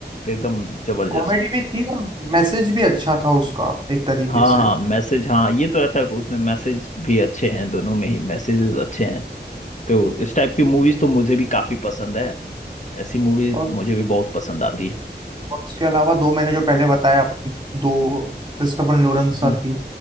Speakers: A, on the left; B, on the right.
A: एकदम जबरदस्त
B: कॉमेडी भी थी और मैसेज भी अच्छा था उसका एक तरीके
A: हाँ
B: से
A: हाँ मैसेज हाँ ये तो रहता है उसमें मैसेज भी अच्छे हैं दोनों में ही मैसेजेस अच्छे हैं तो इस टाइप की मूवीज तो मुझे भी काफी पसंद है ऐसी मूवीज
B: और
A: मुझे भी बहुत पसंद आती है
B: उसके अलावा दो मैंने जो पहले बताया आपकी दो क्रिस्टोफर लोरेंस
A: तो
B: सर की